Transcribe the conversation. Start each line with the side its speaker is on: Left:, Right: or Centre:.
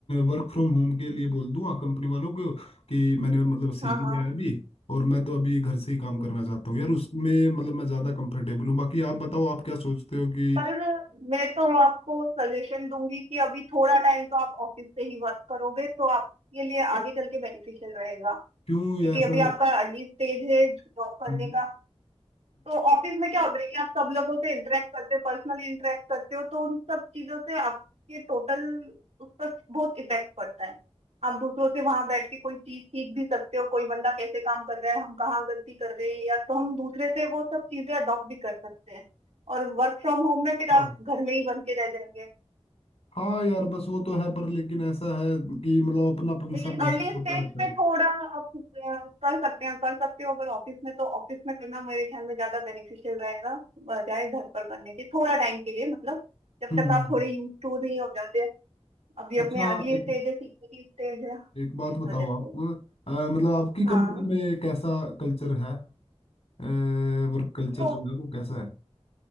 Left: वर्क फ्रॉम होम के लिए बोल दूँ कंपनी वालों को कि मैंने मतलब सीख
Right: हाँ
Left: लिया
Right: हाँ
Left: है अभी और मैं तो अभी घर से ही काम
Right: हम्म
Left: करना चाहता हूँ यार उसमें मतलब मैं ज़्यादा कंफर्टेबल हूँ बाकी आप बताओ आप क्या सोचते हो कि
Right: पर मैं तो आपको सजेशन दूंगी कि अभी थोड़ा टाइम तो आप ऑफिस से ही वर्क करोगे तो आपके लिए आगे चल के बेनिफिशियल रहेगा
Left: क्यों
Right: क्योंकि
Left: ऐसा
Right: अभी आपका अर्ली स्टेज है जॉब करने
Left: हम्म
Right: का तो ऑफिस में क्या होता है कि आप सब लोगों से इंटरेक्ट करते हो पर्सनली इंटरेक्ट करते हो तो उन सब चीजों से आपके टोटल उस पर बहुत इफेक्ट पड़ता है आप दूसरों से वहां बैठ के कोई चीज सीख भी सकते हो कोई बंदा कैसे काम कर रहा है हम कहाँ गलती कर रहे हैं या तो हम दूसरे से वो सब चीजें अडॉप्ट भी कर सकते हैं और वर्क फ्रॉम होम में फिर
Left: हम्म,
Right: आप घर में ही बन के रह जाएंगे
Left: हाँ यार बस वो तो है पर लेकिन ऐसा है कि मतलब अपनापन
Right: लेकिन
Left: सा महसूस
Right: अर्ली स्टेज
Left: होता रहता
Right: पे
Left: है
Right: थोड़ा आप अ, कर सकते हैं कर सकते हो अगर ऑफिस में तो ऑफिस में करना मेरे ख्याल में ज्यादा बेनिफिशियल रहेगा बजाय घर पर करने के थोड़ा टाइम के लिए मतलब जब
Left: हम्म
Right: तक
Left: हम्म।
Right: आप
Left: हम्म।
Right: थोड़े यूज टू नहीं हो जाते अभी
Left: अच्छा
Right: अपने अर्ली
Left: एक,
Right: स्टेज है सीखने की स्टेज है
Left: एक बात
Right: इस
Left: बताओ
Right: वजह से
Left: आप अ, मतलब आपकी
Right: हाँ
Left: कंपनी में कैसा कल्चर है वर्क कल्चर
Right: तो
Left: जो है वो कैसा है